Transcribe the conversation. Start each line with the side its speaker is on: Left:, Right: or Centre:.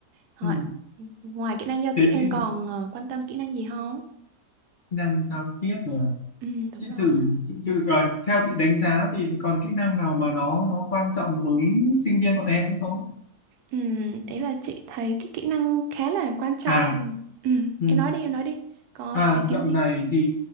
Right: Ờ,
Left: Ừ.
Right: ngoài kỹ năng giao tiếp
Left: Thế
Right: em
Left: thì
Right: còn ờ, quan tâm kỹ năng gì không?
Left: kỹ năng giao tiếp rồi. à?
Right: Ừ, đúng
Left: Chị
Right: rồi.
Left: thử, chị, chị, à, theo chị đánh giá thì còn kỹ năng nào mà nó nó quan trọng với sinh viên bọn em nữa không?
Right: Ừm, ý là chị thấy cái kỹ năng khá là quan trọng.
Left: À,
Right: Ừm, ừm,
Left: ừ.
Right: em nói đi, em nói đi. Có
Left: À,
Right: ý
Left: dạo
Right: kiến gì?
Left: này thì